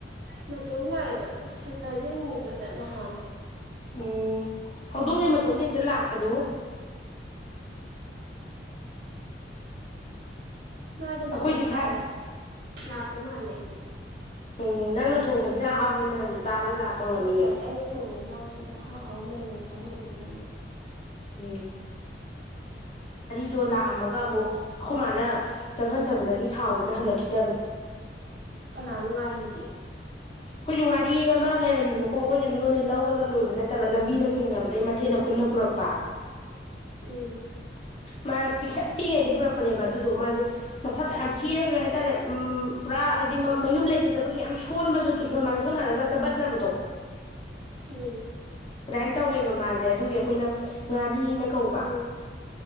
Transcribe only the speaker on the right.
ꯃꯇꯣꯝ ꯂꯥꯛꯏꯕ ꯁꯦꯇꯔꯗꯦ ꯅꯨꯃꯤꯠꯇꯨꯗ ꯅꯍꯥꯟ
ꯃꯥꯗꯣ
ꯃꯅꯝ ꯃꯍꯥꯗ
ꯂꯥꯛꯄ ꯃꯥꯜꯂꯦ ꯑꯩꯗꯤ
ꯍꯣꯏ ꯍꯣꯏ ꯑꯩꯅ ꯊꯣꯡꯕ ꯏꯟꯖꯥꯡ ꯍꯟꯗꯛ ꯑꯥꯎ ꯍꯥꯎꯕ ꯃꯅꯌꯥꯝ ꯌꯥꯝꯌꯥꯝ ꯊꯥꯗꯣꯛꯄꯗꯨꯅ ꯑꯃ
ꯀꯅꯥꯅꯨ ꯉꯔꯤ ꯃꯤꯗꯤ
ꯍꯝ
ꯎꯝ
ꯎꯝ